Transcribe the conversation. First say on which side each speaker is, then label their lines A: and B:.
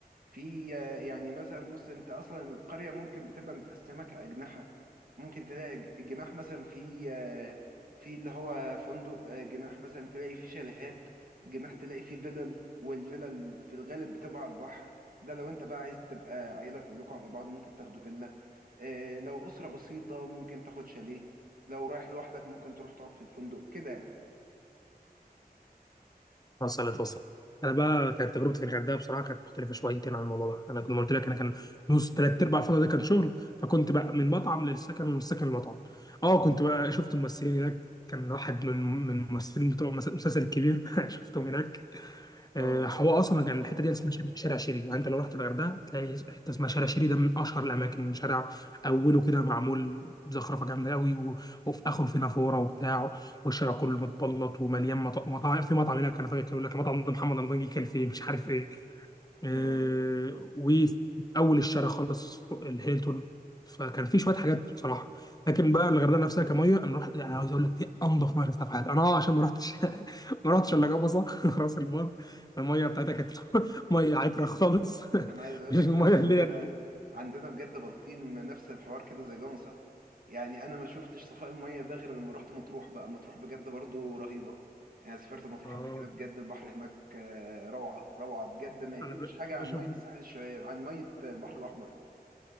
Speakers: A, on the right (about 60°); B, on the left (about 25°).
A: في آه، يعني مثلا بص انت اصلا القريه ممكن بتبقى متقسمه كاجنحه ممكن تلاقي ج- جناح مثلا في آه، في اللي هو فندق آه، جناح مثلا تلاقي فيه شاليهات جناح تلاقي فيه فيلل والفيلل في الغالب بتبقى على البحر ده لو انت بقى عايز تبقى عيله كلكم على بعض ممكن تاخدوا فيلا آه، لو اسره بسيطه ممكن تاخد شاليه لو رايح لوحدك ممكن تروح تقعد في الفندق كده يعني
B: وصلت وصلت انا بقى كانت تجربتي في الغردقه بصراحه كانت مختلفه شويتين عن الموضوع ده انا كنت قلت لك انا كان نص ثلاث ارباع الفتره دي كان شغل فكنت بقى من مطعم للسكن ومن السكن للمطعم اه كنت بقى شفت ممثلين هناك كان واحد من من الممثلين بتوع المس- المسلسل الكبير <laughs> شفتهم هناك
A: اه
B: آه، هو اصلا كان الحته دي اسمها شارع شارع شيري يعني انت لو رحت الغردقه تلاقي حته اسمها شارع شيري ده من اشهر الاماكن شارع اوله كده معمول زخرفه جامده قوي و... وفي اخره في نافوره وبتاع والشارع كله متبلط ومليان مط- مطاعم في مطعم هناك انا فاكر كانوا يقول لك المطعم ده محمد رمضان جه كان فيه مش عارف ايه آه،
A: اه
B: وفي اول الشارع خالص فوق الهيلتون فكان في شويه حاجات بصراحه لكن بقى الغردقه نفسها كميه انا رحت يعني عاوز اقول لك دي انضف ميه شفتها في حياتي انا اه عشان ما رحتش <laughs> ما رحتش الا جبصه <laughs> راس البر الميه بتاعتها كانت <laughs> ميه عكره خالص
A: انا
B: <laughs>
A: عايز اقول
B: مش
A: لك
B: الميه
A: ان احنا عندنا
B: اللي هي اللي-
A: عندنا بجد بلطيم نفس الحوار كده زي جمصة يعني انا ما شفتش صفاء المية ده غير لما رحت مطروح بقى مطروح بجد برضو رهيبة يعني سافرت مطروح
B: اه
A: قبل كده بجد البحر هناك آه، روعة روعة بجد ما يقلش
B: انا ب-
A: حاجة
B: بشوف
A: عن مية الساحل الشمالي عن مية البحر الاحمر